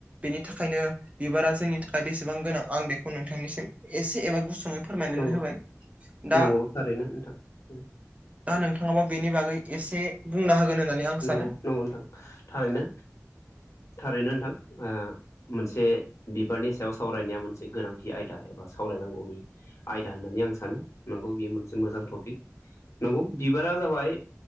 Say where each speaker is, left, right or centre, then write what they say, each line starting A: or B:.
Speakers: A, on the right (about 25°); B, on the left (about 60°).
A: बेनि थाखायनो बिबारा जोंनि थाखा दा बेसेबां गोनां आं बेखौ नोंथांनिसिम एसे एबा गुसुङै फोरमायनानै
B: नंगौ
A: होबाय दा
B: नंगौ थारैनो नोंथां नंगौ
A: दा नोंथाङाबा बेनि बागै एसे बुंना होगोन होननानै आं
B: नंगौ
A: सानो
B: नंगौ नोंथां, थारैनो थारैनो नोंथां ओ मोनसे बिबारनि सायाव सावरायनाया मोनसे गोनांथि आयदा एबा सावरायनांगौनि आयदा होननानै आं सानो। नंगौ मोनसे मोजां तफिक, नंगौ बिबारा जाबाय